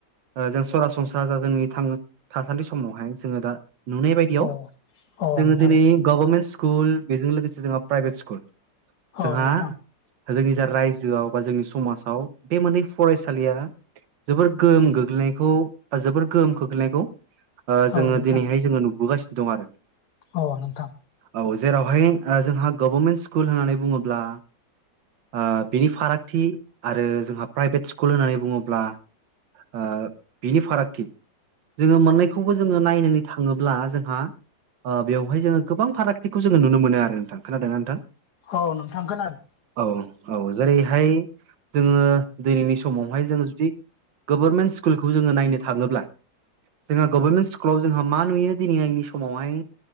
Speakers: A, on the right; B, on the left.
A: जों सरासनस्रा जा जोंनि थांना थासान्दि समावहाय जोङो दा नुनाय बायदियाव
B: अ नों
A: जोङो दिनै गोभारनमेन्ट स्कुल बेजों लोगोसे जोंहा प्राइभेट स्कुल जोंहा
B: औ नोंथां
A: जोंनि जा रायजोआव बा जोंनि समाजाव बे मोननै फरायसालिया जोबोर गोहोम गोग्लैनायखौ बा जोबोर गोहोम खोख्लैनायखौ ओ जोङो
B: औ नोंथां
A: दिनैहाय जोङो नुबोगासिनो दं आरो
B: औ, नोंथां।
A: औ जेरावहाय जोंहा गोभारमेन्ट स्कुल होननानै बुङोब्ला ओ बिनि फारागथि आरो जोंहा प्राइभेट स्कुल होननानै बुङोब्ला ओ बिनि फारागथि जोङो मोननायखौबो जोङो नायनानै थाङोब्ला जोंहा ओ बेवहाय जोङो गोबां फारागथिखौ जोङो नुनो मोनो आरो नोंथां। खोनादों ना नोंथां?
B: औ नोंथां खोनादों
A: औ औ जेरै बहाय जोङो दिनैनि समावहाय जों जुदि गोभारनमेन्ट स्कुलखौ जोङो नायनो थाङोब्ला जोंहा गोभार्नमेन्ट स्कुलाव जोंहा मा नुयो दिनै आंनि समावहाय